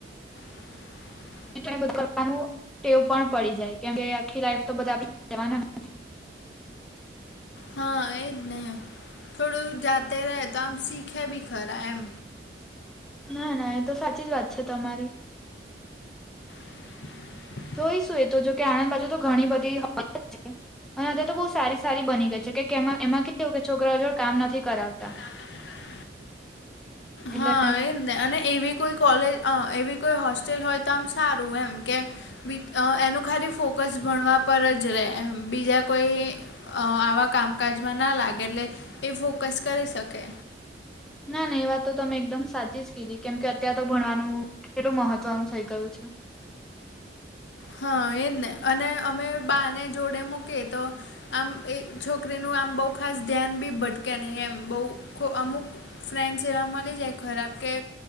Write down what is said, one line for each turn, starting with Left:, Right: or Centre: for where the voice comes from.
Left: <inaudible>
Centre: <unintelligible> ટેવ પણ પડી જાય કેમકે આખી લાઈફ તો બધા આપી જવાના નથી.
Left: હા એ જ ને થોડું જાતે રહે તો આમ સીખે બી ખરા એમ
Centre: ના ના એ તો સાચી જ વાત છે તમારી.
Left: <inaudible>
Centre: જોઈશું એ તો જોકે આણંદ બાજુ તો ઘણી બધી હોય જ છે. અને અતાર તો બહુ સારી સારી બની ગઈ છે કે એમા એમાં કેવુ કે છોકરાઓ જોડે કામ નથી કરાવતા.
Left: <inaudible>
Centre: એટલે
Left: હા એ. અને એવી કોઈ કોલેજ અ એવી કોઈ હોસ્ટેલ હોય તો આમ સારું એમ કે બીટ એનું ખાલી ફોકસ ભણવા પર જ રહે એમ બીજા કોઈ અ આવા કામકાજમાં ના લાગે એટલે એ ફોકસ કરી શકે.
Centre: ના ના એ વાત તો તમે એકદમ સાચી જ કીધી કેમ કે અત્યાર તો ભણવાનું કેટલું મહત્વનું થઇ ગયું છે.
Left: હા એજ ને અને અમે બાને જોડે મૂકીએ તો. આમ એ છોકરીનું આમ બહુ ખાસ ધ્યાન બી ભટકે નહી એમ બહું અમુક ફ્રેન્ડસ એવા મલી જાય ખરાબ કે